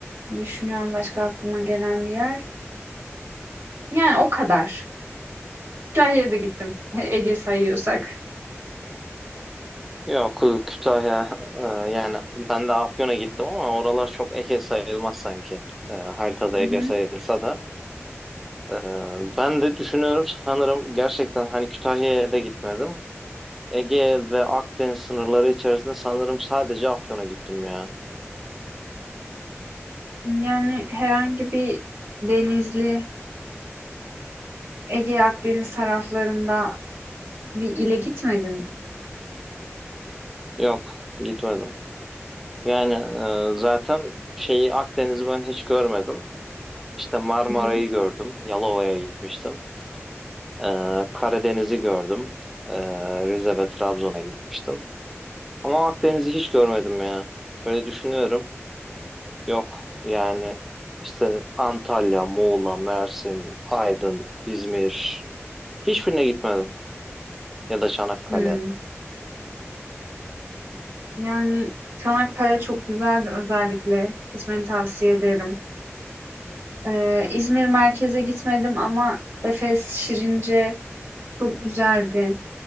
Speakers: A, on the right; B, in the centre.
A: düşünüyorum başka aklıma gelen bir yer. Yani o kadar. Kütahya'ya da gittim. <laughs> Ege sayıyorsak.
B: Yok Kütahya e, yani ben de Afyon'a gittim ama oralar çok Ege sayılmaz sanki. E, haritada
A: Hı
B: Ege
A: hı.
B: sayılsa da. E, ben de düşünüyorum sanırım gerçekten hani Kütahya'ya da gitmedim. Ege ve Akdeniz sınırları içerisinde sanırım sadece Afyon'a gittim ya.
A: Yani herhangi bir denizli, Ege Akdeniz taraflarında bir ile gitmedin.
B: Yok gitmedim. Yani e, zaten şeyi Akdeniz'i ben hiç görmedim. İşte Marmara'yı
A: Hı hı.
B: gördüm. Yalova'ya gitmiştim. Ee, Karadeniz'i gördüm. Ee, Rize ve Trabzon'a gitmiştim. Ama Akdeniz'i hiç görmedim ya. Şöyle düşünüyorum. Yok yani işte Antalya, Muğla, Mersin, Aydın, İzmir. Hiçbirine gitmedim. Ya da Çanakkale.
A: Hmm. Yani Çanakkale çok güzeldi özellikle. Gitmeni tavsiye ederim. Ee, İzmir merkeze gitmedim ama Efes, Şirince çok güzeldi.